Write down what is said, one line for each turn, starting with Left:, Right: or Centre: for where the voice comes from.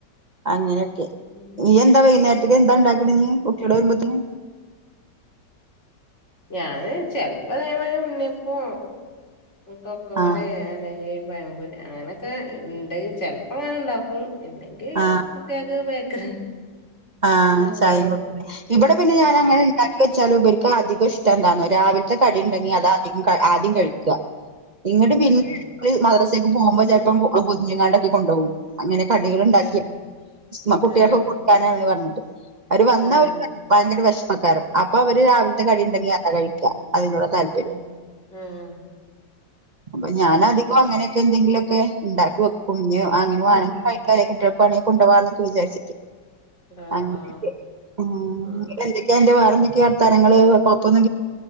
Right: അങ്ങനെയൊക്കെ.
Left: ഉം
Right: നീ എന്ത വൈകുനേരത്ത്
Left: ഉം
Right: എന്താ ഉണ്ടാക്കണേ
Left: ഉം
Right: കുട്ടിക്കൾവരുമ്പത്തേന്
Left: ഞാന് ചെലപ്പോ ഇതേ മാതിരി ഉണ്ണിയപ്പോ ഈ പൊക്കവടെ
Right: ആഹ്
Left: അല്ലെങ്കി പഴംപൊരി അങ്ങനെ ക്കെഉണ്ട് ചെലപ്പോ അങ്ങനെ ഉണ്ടാക്കും ഇല്ലെങ്കിൽ
Right: ആഹ്
Left: കുട്ടിയാക്ക് ബേക്കറി.
Right: ആഹ്
Left: ഓൽക്ക് അതന്നെ
Right: ചായം കു ഇവിടെ പിന്നെ ഞാൻ
Left: ഉം
Right: അങ്ങനെ ഉണ്ടാക്കി വെച്ചാലും ഉപർക്ക് അധികം ഇഷ്ട എന്താണ് രാവിലത്തെ കടിയ ഉണ്ടെങ്കി
Left: ഉം
Right: അധികം ആദ്യം കഴിക്കുക ഇങ്ങിട്ട് പിന്നെ
Left: ആഹ്
Right: മദ്രാസേക്ക് പോകുമ്പോ ചിലപ്പോം പോതിഞ്ഞുങ്ങാണ്ട്ക്കെ കൊണ്ട്പോകും. അങ്ങനെ കടികൾ ഉണ്ടാക്കിയ
Left: ഏഹ്
Right: കുട്ടികൾക്ക്
Left: ആഹ്
Right: കൊടുക്കാന പറഞ്ഞിട്ട് അവര് വന്ന
Left: ഏഹ്
Right: അവര്ക്ക് ഭയങ്കര വിഷമക്കാരം അപ്പൊ അവര് രാവിലത്തെ കടിയ ഉണ്ടെങ്കി
Left: ഉം
Right: അത്ര കഴിക്ക അതിനോട താല്പര്യം
Left: ഉം ആഹ്
Right: അപ്പൊ ഞാനധികം അങ്ങനെ എന്തെങ്കിലുമൊക്കെ ഉണ്ടാക്കിവെക്കും അങ്ങനെ വേണെങ്ക
Left: ഉം
Right: കെ കുട്ടികൾണെങ്ക കൊണ്ട പോകവാന്നൊക്കെ വിചാരി
Left: ആഹ്
Right: <unintelligible>
Left: ആഹ് ആഹ്
Right: എന്റെ വേറെക്കെ വർത്താനങ്ങങ്ങള് കൊയപ്പൊന്ന്